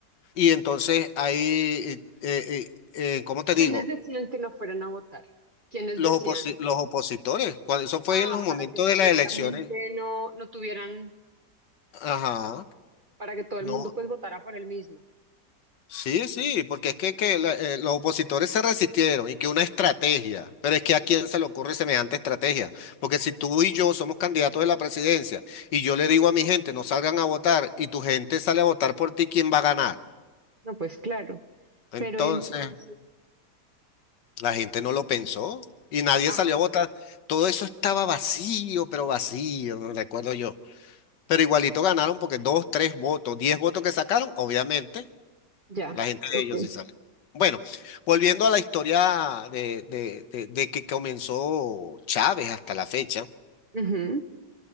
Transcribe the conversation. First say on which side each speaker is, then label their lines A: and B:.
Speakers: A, on the left (about 80°); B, on the right (about 35°).
A: y entonces hay, eh, eh, eh, ¿cómo te
B: ¿Quiénes
A: digo?
B: decían que no fueran a votar? ¿Quiénes
A: Los
B: decían?
A: oposi- los opositores, cuando eso fue
B: Ah,
A: en los momentos
B: para que supuestamente
A: de las elecciones,
B: no, no tuvieran,
A: ajá.
B: para que todo
A: No,
B: el mundo pues votara por el mismo.
A: Sí, sí, porque es que, que la- eh, los opositores se resistieron y que una estrategia, pero es que a quién se le ocurre semejante estrategia, porque si tú y yo somos candidatos de la presidencia y yo le digo a mi gente no salgan a votar y tu gente sale a votar por ti, ¿quién va a ganar?
B: No, pues claro.
A: Entonces,
B: Pero entonces,
A: la gente no lo pensó y nadie
B: ajá,
A: salió a votar. Todo eso estaba vacío, pero vacío, no recuerdo yo. Pero igualito ganaron porque dos, tres votos, diez votos que sacaron, obviamente.
B: ya,
A: La gente de
B: ok.
A: ellos sí sabe. Bueno, volviendo a la historia de, de, de- de que comenzó Chávez hasta la fecha,
B: Ujú.